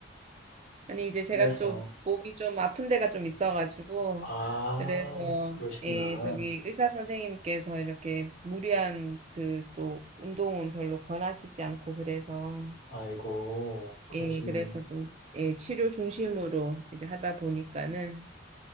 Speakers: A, on the right; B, on the left.
A: 아니 이제 제가
B: 그래서,
A: 좀 목이 좀 아픈 데가 좀 있어가지고
B: 아,
A: 그래서
B: 그러시구나.
A: 예, 저기 의사 선생님께서 이렇게 무리한 그 또 운동은 별로 권하시지 않고 그래서
B: 아이고, 그러시면,
A: 예, 그래서 좀 예, 치료 중심으로 이제 하다 보니까는